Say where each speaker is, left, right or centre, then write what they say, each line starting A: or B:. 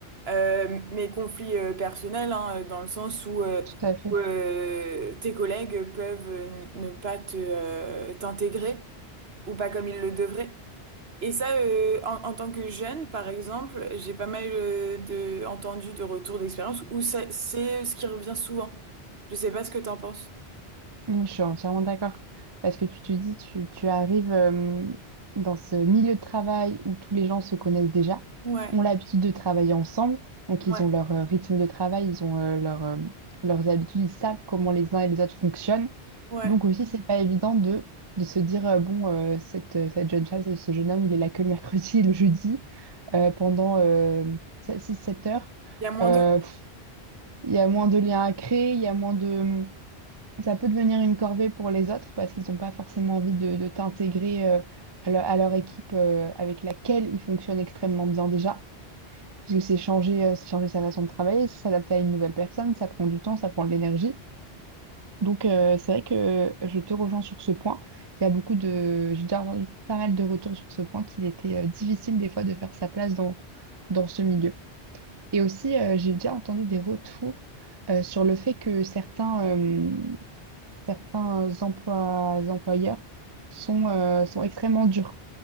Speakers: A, on the right (about 65°); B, on the right (about 25°).
A: euh, mais conflit euh, personnel, hein, euh, dans le sens où, euh,
B: Tout à fait.
A: où, euh, tes collègues peuvent euh, n- ne pas te, euh, t'intégrer ou pas comme ils le devraient. Et ça, euh, en, en tant que jeune, par exemple, j'ai pas mal euh, de, entendu de retours d'expérience où ça- c'est ce qui revient souvent. Je sais pas ce que t'en penses.
B: Mm, Je suis entièrement d'accord. Parce que tu te dis, tu, tu arrives euh, dans ce milieu de travail où tous les gens se connaissent déjà,
A: Ouais,
B: ont l'habitude de travailler ensemble, donc
A: ouais,
B: ils ont leur euh, rythme de travail, ils ont euh, leur, euh, leurs habitudes, ils savent comment les uns et les autres fonctionnent.
A: ouais.
B: Donc aussi, c'est pas évident de, de se dire, euh, bon, euh, cette, euh, cette jeune femme, ce ce jeune homme, il est là que le mercredi et le jeudi euh, pendant euh, six sept heures.
A: Il y a moins
B: Euh,
A: de...
B: pff, Il y a moins de liens à créer, il y a moins de ça peut devenir une corvée pour les autres parce qu'ils n'ont pas forcément envie de, de t'intégrer euh, à, leur à leur équipe euh, avec laquelle ils fonctionnent extrêmement bien déjà. Parce que c'est changer, euh, c'est changer sa façon de travailler, c'est s'adapter à une nouvelle personne, ça prend du temps, ça prend de l'énergie. Donc euh, c'est vrai que je te rejoins sur ce point. Il y a beaucoup de... J'ai déjà entendu pas mal de retours sur ce point qu'il était euh, difficile des fois de faire sa place dans, dans ce milieu. Et aussi, euh, j'ai déjà entendu des retours euh, sur le fait que certains... euh, certains emplois, employeurs sont, euh, sont extrêmement durs.